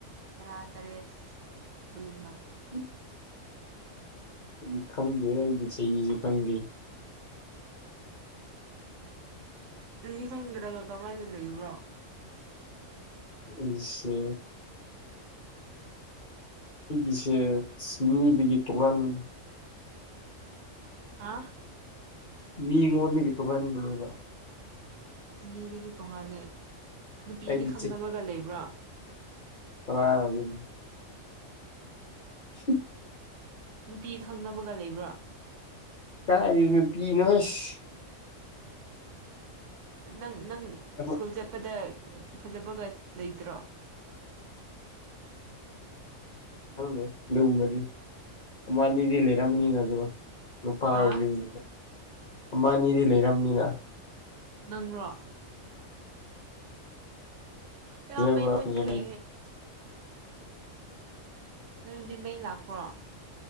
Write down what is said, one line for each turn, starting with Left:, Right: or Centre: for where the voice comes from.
Right: ꯇꯔꯥ ꯇꯔꯦꯠ ꯑꯗꯨꯒꯨꯝꯕ
Left: <inaudible> ꯑꯩꯗꯤ ꯈꯪꯗꯦ ꯑꯩꯒꯤ ꯆꯍꯤꯁꯨ ꯈꯪꯗꯦ
Right: ꯆꯍꯤ ꯈꯪꯗ꯭ꯔꯒ ꯀꯃꯥꯏꯅ ꯂꯩꯕ꯭ꯔꯣ
Left: ꯑꯩꯁꯦ ꯑꯩꯒꯤꯁꯦ ꯃꯤꯗꯒꯤ ꯇꯣꯉꯥꯟꯕꯅꯤ
Right: ꯍꯥ
Left: ꯃꯤꯉꯣꯗꯒꯤ ꯇꯣꯉꯥꯟꯕꯅꯦꯕ
Right: ꯃꯤꯗꯒꯤ ꯇꯣꯡꯉꯥꯜꯂꯦ ꯅꯨꯄꯤꯗꯤ
Left: ꯑꯩꯗꯤ
Right: ꯈꯪꯅꯕꯒ ꯂꯩꯕ꯭ꯔꯥ
Left: ꯐ꯭ꯔꯥ ꯑꯣꯏꯒ ꯁ
Right: ꯅꯨꯄꯤ ꯈꯪꯅꯕꯒ ꯂꯩꯕ꯭ꯔꯥ
Left: ꯀꯥꯏꯔꯤꯅ ꯄꯤꯅꯣꯍꯁ
Right: ꯅꯪ ꯅꯪ
Left: ꯑꯩꯈꯣꯏ
Right: ꯁ꯭ꯀꯨꯜ ꯆꯠꯄꯗ ꯐꯖꯕꯒ ꯂꯩꯇ꯭ꯔꯣ
Left: ꯈꯪꯗꯦ ꯑꯗꯨꯒꯨꯝꯕꯗꯤ ꯑꯅꯤꯗꯤ ꯂꯩꯔꯝꯃꯅꯤꯅ ꯑꯗꯨꯒ ꯅꯨꯄꯥ
Right: ꯍꯥ
Left: ꯑꯣꯏꯕꯤꯅꯤ ꯑꯃꯅꯤ ꯑꯅꯤꯗꯤ ꯂꯩꯔꯕꯝꯅꯤꯅ
Right: ꯅꯪꯔꯣ ꯑꯩꯌꯥ
Left: ꯐꯖꯕ
Right: ꯃꯩ ꯃꯨꯠꯈ꯭ꯔꯦ
Left: ꯐꯖꯕꯩꯗꯤ
Right: ꯅꯣꯏꯕꯨꯗꯤ ꯃꯩ ꯂꯥꯛꯄ꯭ꯔꯣ